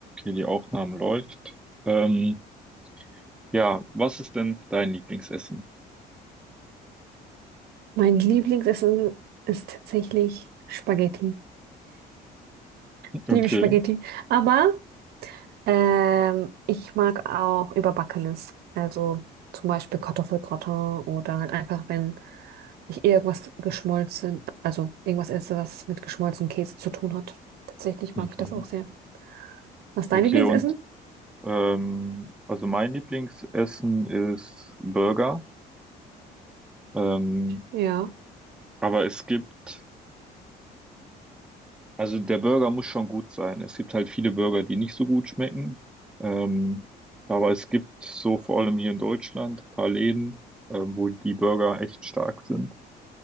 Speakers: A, in the centre; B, on the right (about 70°).
A: Okay, die Aufnahme läuft. Ähm, ja, was ist denn dein Lieblingsessen?
B: Mein Lieblingsessen ist tatsächlich Spaghetti. Ich
A: Okay.
B: liebe Spaghetti. Aber ähm, ich mag auch Überbackenes. Also zum Beispiel Kartoffelgratin oder halt einfach, wenn ich irgendwas geschmolzen, also irgendwas esse, was mit geschmolzenem Käse zu tun hat. Tatsächlich
A: Mhm.
B: mag ich das auch sehr. Was ist dein
A: Okay,
B: Lieblingsessen?
A: und ähm, also mein Lieblingsessen ist Burger. Ähm,
B: Ja.
A: aber es gibt, also der Burger muss schon gut sein. Es gibt halt viele Burger, die nicht so gut schmecken. Ähm, aber es gibt so vor allem hier in Deutschland ein paar Läden, ähm, wo die Burger echt stark sind.